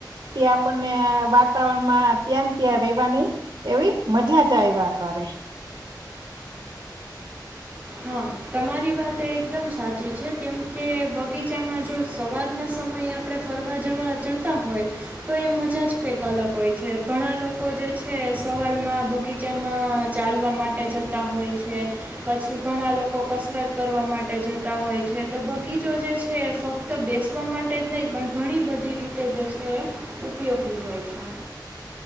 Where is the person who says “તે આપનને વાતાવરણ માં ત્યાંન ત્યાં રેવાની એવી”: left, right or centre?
Right